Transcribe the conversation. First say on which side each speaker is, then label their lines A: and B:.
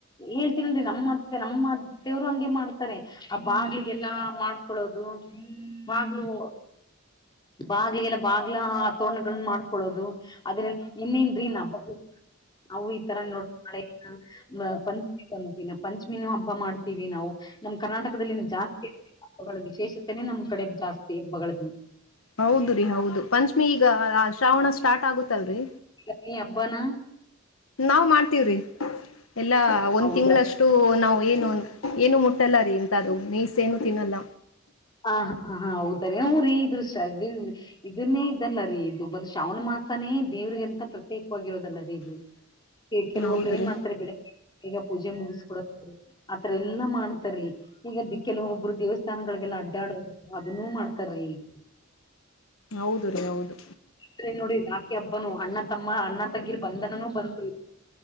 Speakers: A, on the left; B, on the left.
A: ಹೇಳ್ತೀನಲ್ರಿ ನಮ್ಮತ್ತೆ ನಮ್ಮತ್ತೇವ್ರು ಹಂಗೆ ಮಾಡ್. ಹಾ ಬಾಗ್ಲಿಗೆಲ್ಲ ಮಾಡ್ಕೊಳೋದು ಬಾಗ್ಲು. ಬಾಗ್ಲಿಗೆಲ್ಲ ಬಾಗ್ಲ ತೋರಣಗಳನ್ನ ಮಾಡ್ಕೊಳ್ಳೋದು. ಅದ್ರ ಇನ್ನೇನ್ರೀ ನಬ. <unintelligible> ನಾವು ಈತರ ನೋಡ್ರ ಮಳೆನಾ. <unintelligible> ಂತೀ ನ <unintelligible> ಪಂಚಮಿನ ಹಬ್ಬ ಮಾಡ್ತೀವಿ ನಾವು ನಮ್ಮ್ ಕರ್ನಾಟಕದಲ್ಲಿ ಜಾಸ್ತಿ. ಹಬ್ಬಗಳ ವಿಶೇಷತೆನೇ ನಮ್ಮ್ ಕಡೆ ಜಾಸ್ತಿ ಹಬ್ಬಗಳ್ದು.
B: ಹೌದು ರೀ ಹೌದು ಪಂಚಮಿ ಈಗ ಶ್ರಾವಣ ಸ್ಟಾರ್ಟ್ ಆಗುತ್ತಲ್ರರಿ.
A: <unintelligible> ಅಬ್ಬಾನ.
B: ನಾವ್ ಮಾಡ್ತೀವ್ರಿ ಎಲ್ಲಾ ಒಂದ್
A: ಹೌದ್ರ
B: ತಿಂಗಗಳಷ್ಟು. ಒಟ್ಟು ನಾವು ಏನು ಏನು ಮುಟ್ಟಲ್ಲ ರೀ ಇಂತ ಅದು ಮೀಸ್ ಏನು ತಿನ್ನಲ್ಲ.
A: ಹ ಹಾ ಹಾ ಹಾ ಹೌದ್ರ ಅವ್ರೀ. <unintelligible> ಇದ್ಷ್ಟನ್. ಇದನ್ನೇ ಇದಲ್ಲರಿ ಇದು ಬಂದು ಶ್ರಾವಣ ಮಾಸನೇ ದೇವ್ರಿಗೆಂತ ಪ್ರತ್ಯೇಕವಾಗಿರೋದಲ್ಲರಿ ಇದು.
B: <inaudible>
A: ಈ ಕೆಲವೊಬ್ರು
B: ಹೌದು
A: ಏನ್
B: ರೀ
A: ಮಾಡ್ತಾರೆ ಬೆಳಗ್ಗೆ. ಬೇಗ ಪೂಜೆ ಮುಗಿಸ್ಕೊಡ ಆತರ ಎಲ್ಲಾ ಮಾಡ್ತಾರಿೀ ಈಗ ಕೆಲವೊ. ಒಬ್ಬರು ದೇವಸ್ಥಾನಗಳಿಗೆಲ್ಲ ಅಡ್ಡಾಡೋದು ಅದನ್ನೂ ಮಾಡ್ತಾರ್ರೀ ಈ.
B: ಹೌದು ರೀ ಹೌದು.
A: ಅೆ ನೋಡಿ ರಾಕೆ ಹಬ್ಬನು ಅಣ್ಣ ತಮ್ಮ ಅಣ್ಣ ತಂಗಿರ್ ಬಂದನನುೂ ಬಂತ.